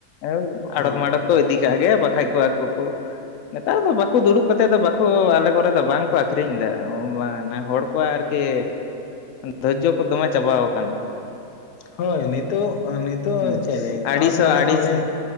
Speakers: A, on the left; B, on the left.
A: ᱳᱣ
B: ᱦᱳᱭ
A: ᱟᱲᱚᱛ ᱢᱟᱲᱚᱛ᱾ ᱠᱚ ᱤᱫᱤ ᱠᱟᱜ ᱜᱮ ᱵᱟᱠᱷᱟᱡ ᱠᱚ ᱟᱠᱚ ᱠᱚᱼᱼ ᱱᱮᱛᱟᱨ ᱫᱚ ᱵᱟᱠᱚ ᱫᱩᱲᱩᱵ ᱠᱟᱛᱮᱜ ᱫᱚ ᱵᱟᱠᱚ ᱟᱞᱮ ᱠᱚᱨᱮ ᱫᱚ ᱵᱟᱝ ᱠᱚ ᱟᱠᱷᱨᱤᱧ ᱫᱟ ᱚᱻ ᱱᱟ ᱦᱚᱲ ᱠᱚ ᱟᱨᱼᱼ ᱠᱮ ᱫᱷᱚᱡᱡᱚ ᱠᱚ ᱫᱚᱢᱮ ᱪᱟᱵᱟᱣ ᱠᱟᱱᱟ᱾
B: ᱦᱳᱭ ᱱᱤᱛᱳᱜ ᱱᱤᱛᱚᱜ
A: ᱦᱩᱸ
B: ᱪᱮᱜ ᱞᱤᱧ
A: ᱟᱹᱲᱤᱥᱚᱜ
B: ᱪᱟᱥ ᱞᱮᱠᱷᱟᱱ
A: ᱟᱹᱲᱤᱥ
B: ᱦᱚᱸ ᱟᱞᱮ
A: ᱦᱮᱸ